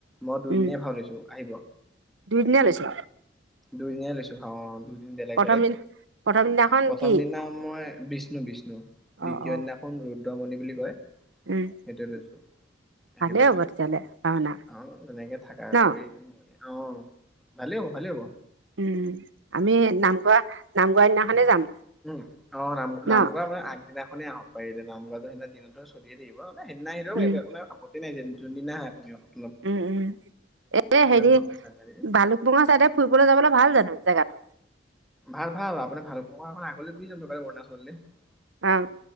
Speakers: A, in the centre; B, on the right.
A: মই দুইদিনে
B: উম
A: ভাও লৈছোঁ আহিব।
B: দুইদিনীয়া লৈছো
A: দুইদিনে লৈছোঁ। ইটো হ দুদিন বেলেগ-
B: প্ৰথম
A: বেলেগ
B: দিনা প্ৰথম দিনাখন
A: প্ৰথম
B: কি
A: দিনা মই বিষ্ণু -বিষ্ণু দ্বিতীয়
B: অ অ
A: দিনাখন দমণি বুলি কয়।
B: উম
A: সেইটোয়ে দিছো
B: ভালেই
A: আহিব আৰু
B: হ'ব তেতিয়াহ'লে ভাওনা
A: অহ তেনেকে থাকা
B: ন
A: কৰি দিমগে। অহ, ভালেই হব- ভালেই হব।
B: উম, আমি নামগোৱা- নামগোৱা দিনাখনে যাম।
A: উম, অহ নাম -নামগোৱা
B: ন
A: মানে আগদিনাখন। আপুনি আহক পাৰিলে নাম গানটো সেদিনা দিনতো চলিয়ে থাকিব। এ সেইদিনা আহিলেও
B: উম
A: আহিব আপোনাৰ আপত্তি নাই যেন যোনদিনা আহে আপুনি অহ
B: উম -উম এ হেৰি
A: ভাওনা চাই মেলি
B: ভালুকবমা চাইডে ফুৰিবলৈ যাবলৈ ভাল জানো। জেগাটো।
A: ভাল ভাল আপোনাৰ ভাল <unintelligible> অৰুণাচললে
B: আওঁ।